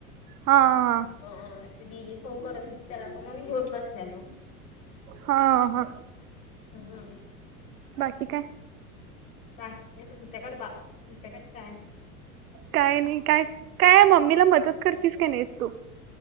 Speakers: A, on the right; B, on the left.
A: हा हा हा.
B: मग ती दीदी खाऊ करत होती त्याला म्हणून घेऊन बसलेलो.
A: हा हा.
B: हम हम.
A: बाकी काय?
B: बाकी काय तुमच्याकडे बा. आमच्याकडे काय?
A: काय नाही काय, काय मम्मीला मदत करतीस काय नाहीस तू?